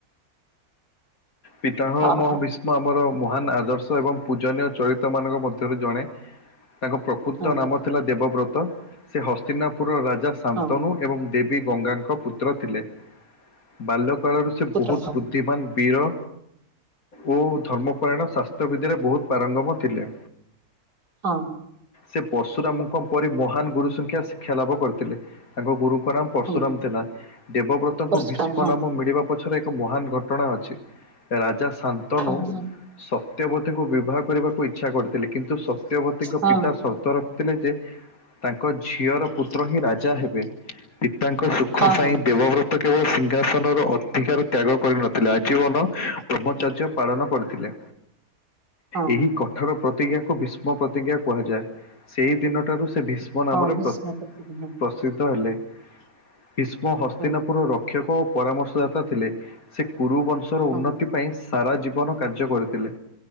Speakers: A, on the left; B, on the right.
A: ପିତାହ
B: ଓହୋ
A: ମହ ବିୀଷ୍ମ ଆମର ମହାନ ଆଦର୍ଶ ଏବଂ ପୂଜନୀୟ ଚରିତ୍ରମାନଙ୍କ ମଧ୍ୟରୁ ଜଣେ। ତାଙ୍କ ପ୍ରକୃତ
B: ହଁ ହଁ
A: ନାମ ଥିଲା ଦେବବ୍ରତ ସେ ହସ୍ତିନାପୁର ରାଜା ଶାନ୍ତନୁ
B: ହଁ
A: ଏବଂ ଦେବୀ ଗଙ୍ଗାଙ୍କ ପୁତ୍ର ଥିଲେ ବାଲ୍ୟ କାଳରୁ ସେ
B: ପୁତ୍ର
A: ବହୁତ
B: ହଁ
A: ଦିମାନ ବୀର ଓ ଧର୍ମପରାୟଣ ଶାସ୍ତ୍ର ବିଦ୍ୟାରେ ବହୁତ ପାରଙ୍ଗମ ଥିଲେ।
B: ହଁ।
A: ସେ ପଶୁରାମଙ୍କ ପରି ମହାନ ଗୁରୁ ସଂଖ୍ୟା ଶିକ୍ଷା ଲାଭ କରିଥିଲେ ତାଙ୍କ ଗୁରୁଙ୍କ ନାମ ପରଶୁରାମ
B: ହଁ
A: ଥିଲା ଦେବବ୍ରତଙ୍କୁ
B: ପରଶୁରାମ
A: ଭୀଷ୍ମ
B: ହଁ
A: ନାମ ମିଳିବା ପଛରେ ଏକ ମହାନ ଘଟଣା ଅଛି। ରାଜା ଶନ୍ତନୁ
B: ହଁ
A: ସ ସତ୍ୟବତୀଙ୍କୁ ବିବାହ କରିବାକୁ ଇଚ୍ଛା କରିଥିଲେ କିନ୍ତୁ ସତ୍ୟବତୀଙ୍କ
B: ହଁ
A: ପିତା ସର୍ତ୍ତର ଥିଲେ ଯେ ତାଙ୍କ ଝିଅର ପୁତ୍ର ହିଁ ରାଜା ହେବେ। ପିତାଙ୍କ ସୁଖ
B: ହଁ
A: ପାଇଁ
B: ହଁ ହଁ
A: ଦେବବ୍ରତ ତ କେବଳ ସିଂହାସନର ଅଧିକାର ତ୍ୟାଗ କରିନଥିଲା ଆଜୀବନ ବ୍ରହ୍ମଚାର୍ଯ୍ୟ ପାଳନ କରିଥିଲେ
B: ହଁ
A: ଏହି କଠୋର ପ୍ରତିଜ୍ଞାକୁ ବି ଭୀଷ୍ମ ପ୍ରତିଜ୍ଞା କୁହାଯାଏ ସେଇ ଦିନଠାରୁ ସେ ଭୀଷ୍ମ ନାମରେ
B: ହଁ ଭୀଷ୍ମ
A: ପ
B: ପିତାମହ
A: ପସି ତି ତ ହେଲେ ଭୀଷ୍ମ ହସ୍ତିନାପୁର
B: ହଁ
A: ର ଶିକ୍ଷକ ପରାମର୍ଶଦାତା ଥିଲେ ସେ କୁରୁ ବଂଶର
B: ହଁ
A: ଉନ୍ନତି ଥି ପାଇଁ ସାରା ଜୀବନ କାର୍ଯ୍ୟ କରିଥିଲେ